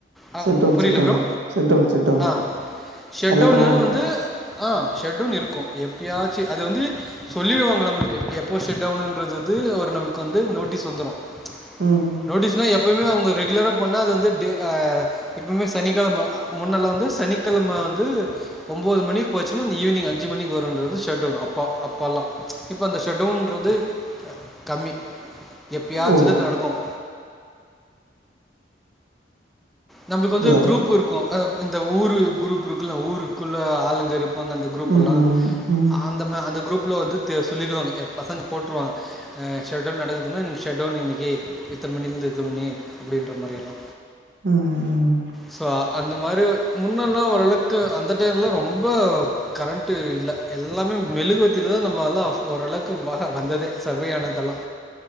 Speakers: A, in the centre; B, on the right.
A: ஆ
B: செட் டவுன்
A: புரியல
B: செட் down
A: bro
B: set down set down
A: ஆ ஷட்டௌன்னு
B: நல்லா பண்ணுவாங்களா?
A: வந்து ஆ ஷட் டௌன் இருக்கும் எப்பயாச்சு அது வந்து சொல்லிடுவாங்க நம்மளுக்கு எப்போ ஷட்டௌனுன்றது வந்து ஒரு நம்மளுக்கு வந்து நோட்டஸ் வந்துரும்
B: ம்.
A: நோட்டிஸ்னா எப் எப்பவுமே அவுங்க ரெகுலரா பண்ணா அது வந்து டே ஆ எப்போவுமே சனிக்கெழம முன்னெல்லா வந்து சனிக்கெழம வந்து ஒம்போது மணிக்கு போச்சுன்னா அந்த ஈவினிங் அஞ்சு மணிக்கு வருன்றது ஷட்டௌனு அப்போ அப்பல்லாம் இப்ப அந்த ஷட்டௌனுன்றது கம்மி எப்பயாச்சிதா
B: ஓ!
A: நடக்கும் நம்பளுக்கு
B: அப்படியா
A: வந்து குரூப்
B: ப்ரோ?
A: இருக்கு இந்த ஊரு குரூப் இருக்கும்ல ஊருக்குள்ள ஆளுங்க இரு இருப்பாங்க அந்த குரூப்
B: ம்,
A: எல்லாம்
B: ம்,
A: அந்தமா அந்த குரூப் ல வந்து த சொல்லிடுவாங்க பசங்க போட்ருவாங்க ஆ ஷட்டௌன் நடக்குதுங்க இன்னைக்கு ஷட்டௌன்னு இன்னைக்கு இத்தன மணிலேருந்து இத்தன மணி அப்டின்ற மாரியெல்லா
B: ம்.
A: சோ அந்த மாரி முன்னல்லா ஓரளவுக்கு அந்த டைம்லா ரொம்ப கரண்ட்டு இல்ல எல்லாமே மெலுகேவத்திலதா நம்மலாம் அப் ஓரளவுக்கு வந்ததே சர்வேயானதெல்லா